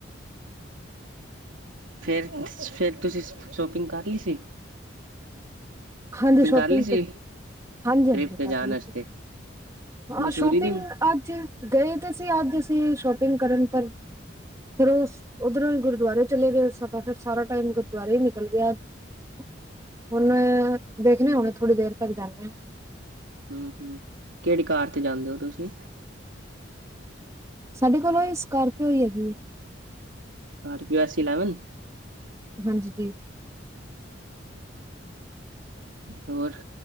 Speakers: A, on the right (about 85°); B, on the right (about 15°).
A: ਫੇਰ-ਫੇਰ ਤੁਸੀਂ ਸ਼ੋਪਿੰਗ ਕਰ ਲਈ ਸੀ?
B: ਹਾਂਜੀ, ਸ਼ੋਪਿੰਗ
A: ਕਰ ਲਈ ਸੀ
B: ਤੇ ਹਾਂਜੀ-ਹਾਂਜੀ
A: ਟ੍ਰਿਪ ਤੇ
B: ਕਰ
A: ਜਾਣ
B: ਲੀ
A: ਵਾਸਤੇ
B: ਸੀ। ਹਾਂ
A: ਮਸੂਰੀ
B: ਸ਼ੋਪਿੰਗ
A: ਦੀ
B: ਅੱਜ ਗਏ ਤੇ ਸੀ। ਅੱਜ ਅਸੀ ਸ਼ੋਪਿੰਗ ਕਰਨ ਪਰ ਫੇਰ ਓ ਉੱਧਰੋਂ ਹੀ ਗੁਰਦੁਆਰੇ ਚਲੇ ਗਏ। ਸਾਡਾ ਫਿਰ ਸਾਰਾ ਟਾਈਮ ਗੁਰਦੁਆਰੇ ਹੀ ਨਿਕਲ ਗਿਆ। ਅੱਜ ਓ। ਹੁਣ ਦੇਖਣੇ ਹੁਣੇ ਥੋੜ੍ਹੀ ਦੇਰ ਤੱਕ ਜਾਣੇ ਆ।
A: ਹੂੰ ਹੂੰ ਕਿਹੜੀ ਕਾਰ ਤੇ ਜਾਂਦੇ ਹੋ ਤੁਸੀਂ?
B: ਸਾਡੇ ਕੋਲ ਓਹੀ ਸਕੋਰਪੀਓ ਹੀ ਹੈਗੀ ਏ
A: ਸਕੋਰਪੀਓ ਐਸ ਇਲੈਵਨ
B: ਹਾਂਜੀ ਜੀ।
A: ਹੋਰ